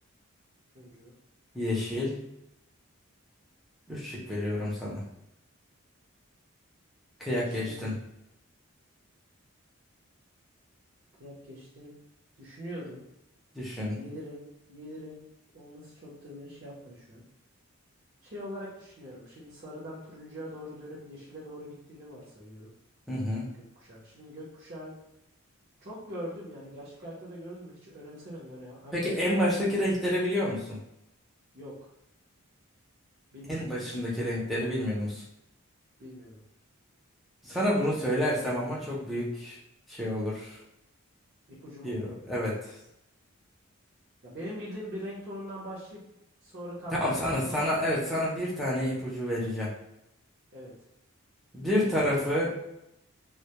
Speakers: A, on the right; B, in the centre.
A: Turuncu,
B: yeşil. Üç şık
A: yeşil.
B: veriyorum sana. Kıyak
A: Şimdi
B: geçtim.
A: kıyak geçtin. Düşünüyorum.
B: Düşün.
A: Yedi renk, yedi renk olması çok da beni şey yapmadı şu an. Şey olarak düşünüyorum. Şimdi sarıdan turuncuya doğru dönüp yeşile doğru gittiğini varsayıyorum
B: Hı hı.
A: gökkuşağını. Şimdi gökkuşağı çok gördüm yani gerçek hayatta da gördüm. Hiç önemsemedim hani hangi
B: Peki en
A: katmanından
B: baştaki
A: hangi.
B: renkleri biliyor musun?
A: Yok. Bilmiyorum.
B: En başındaki renkleri bilmiyor musun?
A: Bilmiyorum.
B: Sana bunu söylersem ama çok büyük şey olur.
A: İpucu mu
B: Yo,
A: olur?
B: Evet.
A: Ya benim bildiğim bir renk tonundan başlayıp sonra katman
B: Tamam sana
A: katman.
B: sana evet sana bir tane ipucu vereceğim.
A: Evet.
B: Bir
A: Dinliyorum.
B: tarafı